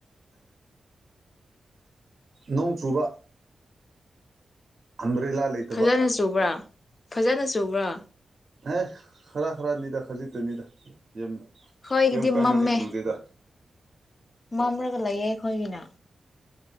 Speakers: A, on the right; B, on the left.
A: ꯅꯣꯡ ꯆꯨꯕ ꯑꯝꯝꯕ꯭ꯔꯦꯂ ꯂꯩꯇ
B: ꯐꯖꯅ ꯆꯨꯕ꯭ꯔꯥ ꯐꯖꯅ ꯆꯨꯕ꯭ꯔꯥ
A: ꯑꯦ ꯈꯔ ꯈꯔꯅꯤꯗ ꯈꯥꯖꯤꯠꯇꯨꯅꯤꯗ ꯌꯥꯝ
B: ꯑꯩꯈꯣꯏꯒꯤꯗꯤ
A: ꯌꯥꯝ ꯀꯟꯅꯗꯤ
B: ꯃꯝꯃꯦ
A: ꯆꯨꯗꯦꯗ
B: ꯃꯝꯂꯒ ꯂꯩꯌꯦ ꯑꯩꯈꯣꯏꯒꯤꯅ